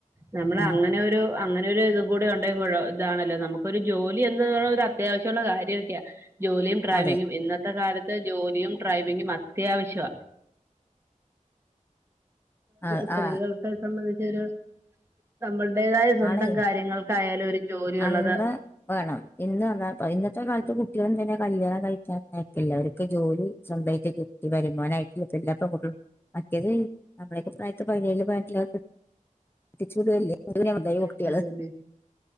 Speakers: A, on the right; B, on the left.
A: നമ്മൾ
B: ഉം
A: അങ്ങനെരു അങ്ങനെൊ ഒരു ഇത് കൂടെ ഉണ്ടങ്കി ഇതാണല്ലോ നമുക്കൊരു ജോലി എന്നത് അത്യാവശ്യമുള്ള കാര്യമൊക്കെയാ ജോലിയും ഡ്രൈവിങ്ങും
B: അതെ
A: ഇന്നത്തെ കാലത്ത് ജോലിയും ഡ്രൈവിങ്ങും അത്യാവശ്യമാ
B: ആ
A: സ്ത്രീകൾക്ക
B: ആ
A: സംബന്ധിച്ചൊരു നമ്മളടേതായ സ്വന്തം
B: ആണേ
A: കാര്യങ്ങൾ ക്കായാലും ഒരു ജോലി ഉള്ളത്
B: അന്ന് വേണം ഇന്ന് അതാ ഇന്നത്തെ കാലത്ത് കുട്ടികളും തന്നെ കല്യാണം കഴിക്കാൻ നടക്കില്ല അവർക്ക് ജോലി സ്വന്തമായിട്ട് കിട്ടിയ വരുമാനായിട്ട <inaudible> മറ്റേത് നമ്മളൊക്കെ പ്രായത്തെ പതിനേഴഴ്പതിനെട്ടിലൊക്ക കെട്ടിച്ച് വിടുല്ലേ
A: കെട്ടിക്കാണ്
B: അതുനൊയി കുട്ടികള്
A: അതന്നെ